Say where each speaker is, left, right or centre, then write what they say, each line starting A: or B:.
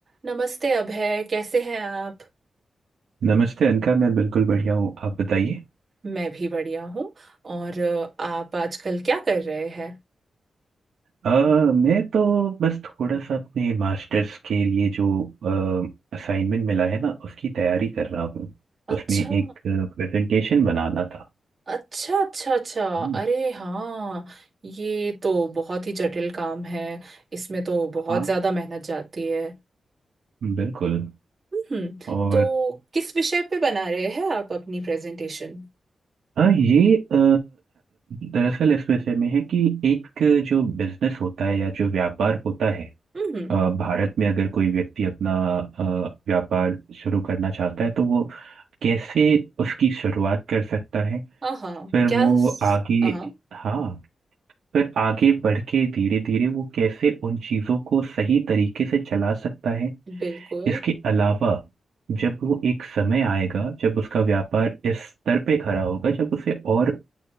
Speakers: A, on the right; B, on the right.
A: नमस्ते अभय कैसे हैं आप
B: नमस्ते अनका मैं बिल्कुल बढ़िया हूँ आप बताइए
A: मैं भी बढ़िया हूँ और अ, आप आजकल क्या कर रहे हैं
B: अ, मैं तो बस थोड़ा सा अपने मास्टर्स के लिए जो असाइनमेंट मिला है ना उसकी तैयारी कर रहा हूँ
A: अच्छा
B: उसमें एक प्रेजेंटेशन बनाना था
A: अच्छा अच्छा अच्छा
B: हम्म,
A: अरे हाँ ये तो बहुत ही जटिल काम है इसमें तो बहुत
B: हाँ
A: ज्यादा मेहनत जाती है
B: बिल्कुल
A: हम्म
B: और
A: तो किस विषय पे बना रहे हैं आप अपनी प्रेजेंटेशन
B: हाँ ये अ, दरअसल इस विषय में है कि एक जो बिजनेस होता है या जो व्यापार होता है
A: हम्म
B: अ, भारत में अगर कोई व्यक्ति अपना अ, व्यापार शुरू करना चाहता है तो वो कैसे उसकी शुरुआत कर सकता है
A: हाँ हाँ
B: फिर
A: क्या
B: वो आगे
A: हाँ हाँ,
B: हाँ फिर आगे बढ़ के धीरे धीरे वो कैसे उन चीज़ों को सही तरीके से चला सकता है
A: बिल्कुल
B: इसके अलावा जब वो एक समय आएगा जब उसका व्यापार इस स्तर पे खड़ा होगा जब उसे और